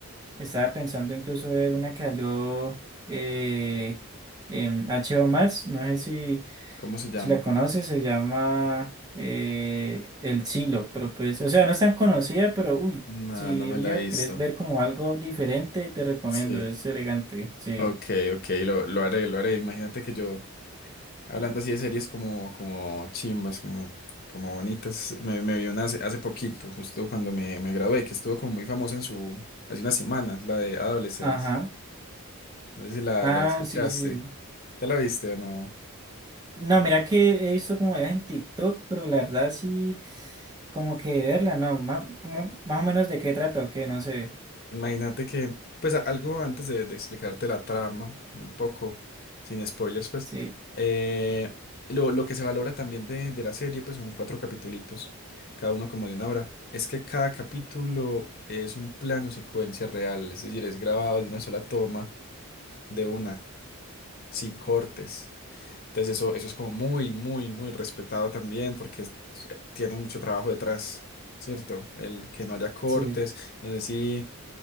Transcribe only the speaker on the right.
estaba pensando incluso ver una que salió eh, en HBO Max, no sé si,
si la conoces, se llama eh, El Silo, pero pues, o sea, no es tan conocida, pero uy,
si
un
día
querés ver como algo diferente, te recomiendo,
es elegante, sí.
Ajá.
Ah,
sí, sí.
No, mira que he visto como videos en TikTok, pero la verdad sí, como que verla, no, más, como, más o menos de qué trata o qué, no sé.
Sí,
sí.